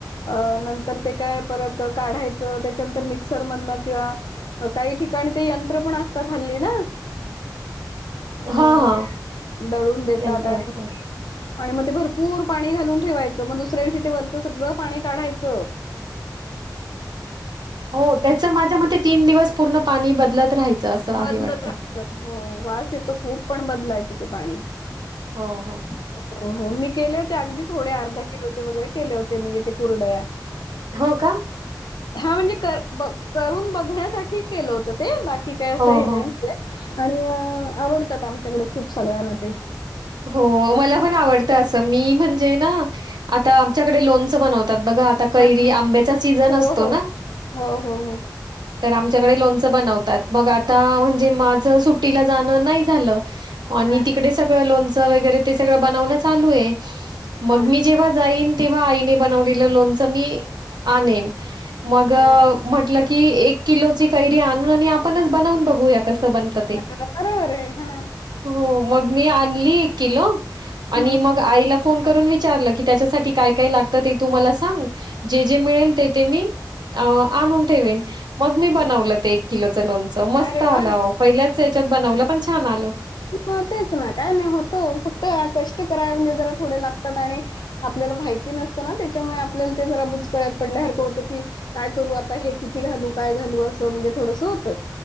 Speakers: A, on the left; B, on the right.
A: अ नंतर ते काय परत काढायच, त्याच्यानंतर मिक्सरमधन किंवा काही ठिकाणी ते यंत्र पण असतात हल्ली ना. अ
B: हां,
A: म्हणजे
B: हां.
A: दळून देत
B: यंत्र
A: देतात
B: असतं.
A: आणि म ते भर पूर पाणी घालून ठेवायच, मग दुसऱ्या दिवशी ते वरच सगळं पाणी काढायच.
B: हो, त्याच माझ्या मते तीन दिवस पूर्ण पाणी बदलत राहायचं असं आहे
A: बदलत
B: वाटतं.
A: राहायच, हो वास येतो खूप पण बदलायच. ते पाणी.
B: हो हो.
A: हो, हो मी केले होते, अगदी थोडे अर्धा किलोचे वगैरे केले होते मी इथे कुरडया.
B: हो का?
A: हा म्हणजे, ब करून बघण्यासाठी केल होत ते बाक कि काय अस
B: हो,
A: हे नाही
B: हो.
A: म्हणजे आणि आवडतात आमच्याकडे खूप सगळ्यांना ते.
B: हो, मला पण आवडतं असं मी म्हणजे ना आता आमच्याकडे लोणच बनवतात, बघा आता कैरी
A: हां, हां.
B: आंब्याचा सीझन
A: हो,
B: असतो
A: हो.
B: ना,
A: हो, हो, हो.
B: तर आम आमच्याकडे लोणच बनवतात, मग आता म्हणजे माझ सुट्टीला जाण नाही झालं. आणि
A: हां,
B: तिकडे सगळं लोणचं लोणचं तेन वगैरे बनवणं चालू आहे, म
A: हां,
B: मी जेव्हा जाईन तेव्हा आईने बनवलेलं लोणचं मी आणेन मग
A: हां,
B: म्हटलं की एक किलो ची कैरी आणू न आणि आपणच बनवून बघूया कसं कसं बनत ते,
A: हां. बरोबर आहे. हां.
B: हो मग मी आणली किलो आणि
A: हं.
B: मग आईला फोन करून विचारलं की त्याच्यासाठी काय काय लागत ते तु मला सांग जे जे मिळेल ते ते मी, अ आणून ठेवेन मग मी बनवलं
A: हो.
B: ते लोणच लोणच मस्त
A: अरे
B: आला
A: वाह!
B: हो पहिल्याच याच्यात बनवलं पण छान आलं,
A: पण तेच ना काय नाही होत फक्त कष्ट करायला म्हणजे जरा थोडे लागतात आणि आपल्याला माहिती नसतं ना त्याच्यामुळे आपल्याला ते जरा बुचकळ्यात पडल्यासारखं होत की काय करू आता हे किती घालू काय घालू असं म्हणजे थोडस होत.